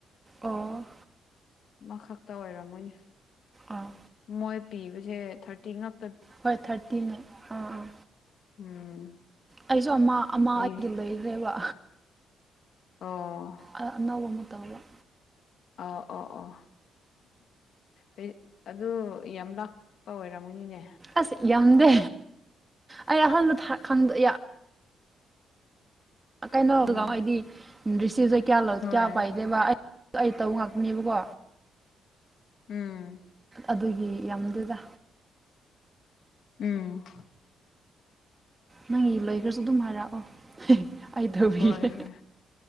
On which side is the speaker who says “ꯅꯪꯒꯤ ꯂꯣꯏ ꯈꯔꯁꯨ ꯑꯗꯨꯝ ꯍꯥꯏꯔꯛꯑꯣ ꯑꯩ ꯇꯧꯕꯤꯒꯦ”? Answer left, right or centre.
Right